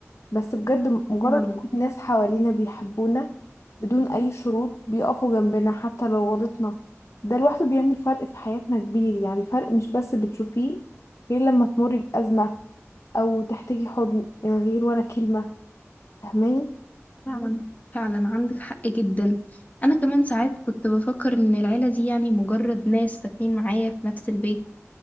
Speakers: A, on the left; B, on the left.
A: بس بجد مجرد
B: فعلا
A: وجود ناس حوالينا بيحبونا بدون اي شروط بيقفوا جنبنا حتى لو غلطنا ده لوحده بيعمل فرق في حياتنا كبير يعني فرق مش بس بتشوفيه غير لما تمر بأزمة او تحتاجي حضن من غير ولا كلمة فاهماني
B: فعلا فعلا عندك حق جدا انا كمان ساعات كنت بفكر ان العيله دي يعني مجرد ناس ساكنين معايا في نفس البيت